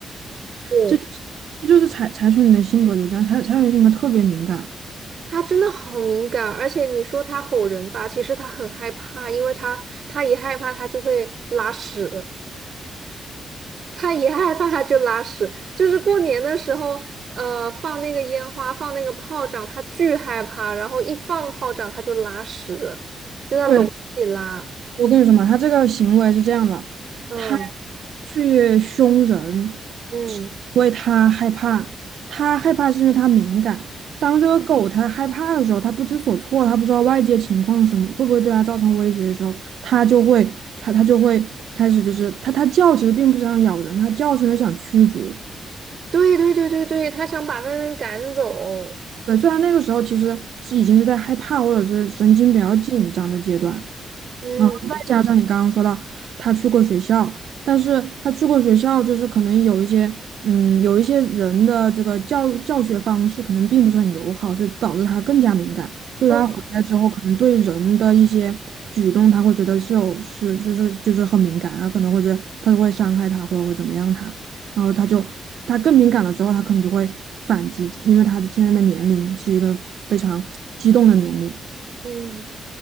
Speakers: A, on the right (about 50°); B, on the right (about 75°).
A: 对
B: 这就是这就是柴柴犬的性格就这样，柴柴犬性格特别敏感。
A: 他真的好敏感，而且你说他吼人吧，其实他很害怕，因为他他一害怕他就会拉屎，他一害怕他就拉屎。就是过年的时候，呃，放那个烟花，放那个炮仗，他巨害怕，然后一放炮仗他就拉屎，就在笼子里拉。
B: 对，我跟你说嘛，它这个行为是这样的，
A: 嗯
B: 它去凶人
A: 嗯，
B: 是因为它害怕，它害怕是因为它敏感。当这个狗它害怕的时候，它不知所措，它不知道外界情况什么会不会对它造成威胁的时候，它就会它它就会开始就是它它叫，其实并不是想咬人，它叫是因为想驱逐。
A: 对对对对对，他想把那人赶走。
B: 对，虽然那个时候其实是已经是在害怕或者是神经比较紧张的阶段。
A: 嗯。
B: 然后再加上你刚刚说到他去过学校，但是他去过学校，就是可能有一些，嗯，有一些人的这个教教学方式可能并不是很友好，所以导致他更加敏感，所以他回来之后，
A: 嗯
B: 可能对人的一些举动，他会觉得是有是就是就是很敏感，然后可能会觉得他会伤害他，或者会怎么样他，然后他就他更敏感了之后，他可能就会反击，因为他现在的年龄是一个非常激动的年龄。
A: 嗯，